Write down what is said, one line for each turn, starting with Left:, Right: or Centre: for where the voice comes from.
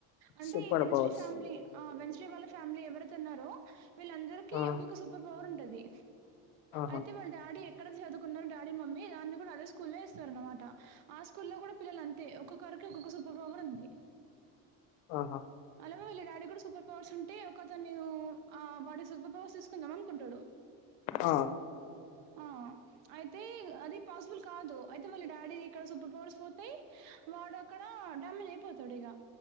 Right: అంటే
Left: సూపర్
Right: ఈ వెన్స్డే
Left: పవర్స్
Right: ఫ్యామిలీ ఆ వెన్స్డే వాళ్ళ ఫ్యామిలీ ఎవరైతే ఉన్నారో వీళ్ళందరికీ
Left: ఆ
Right: ఒక్కొక్క సూపర్ పవర్ ఉంటది
Left: ఆహా
Right: అయితే వాళ్ళ డాడీ అక్కడ చదువుకున్నారు డాడీ మమ్మీ దాన్ని కూడా అదే స్కూల్ల్లో వేస్తారు అనమాట ఆ స్కూలో కూడా పిల్లలు అంతే ఒక్కొక్కారికి ఒక్కొక్క సూపర్ పవర్ ఉంది
Left: ఆహా
Right: అలామ వెల్ల డాడీ కూడా సూపర్ పవర్స్ ఉం అంటే ఒకతన్ని ఆ బాడీ సూపర్ పవర్స్ తీసుకుందాం అనుకుంటాడు
Left: ఆ
Right: ఆ అయితే అది పాసిబుల్ కాదు అయితే మళ్ళీ డాడీ ఇక్కడ సూపర్ పవర్స్ పోతాయి వాడు అక్కడ డమ్మల్ అయిపోతాడు ఇక